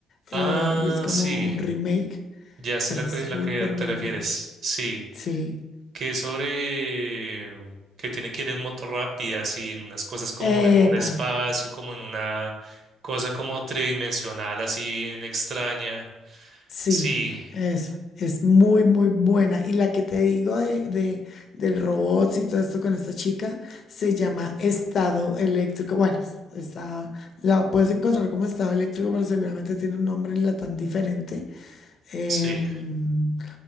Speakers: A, on the left; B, on the right.
A: eh,
B: Ah,
A: y es como
B: sí,
A: un remake.
B: ya sé
A: Esa
B: la que,
A: es súper
B: la que te
A: buena.
B: refieres. Sí.
A: Sí.
B: que es sobre mm, que tiene que ir en moto rápida, así, en unas cosas como
A: Epa.
B: en un espacio, como en una cosa como tridimensional, así bien extraña.
A: Sí,
B: Sí,
A: es, es muy, muy buena. Y la que te digo de, de, del robots y todo esto con esta chica se llama Estado Eléctrico. Bueno, está, la puedes encontrar como Estado Eléctrico, pero seguramente tiene un nombre en tan diferente. Em,
B: sí.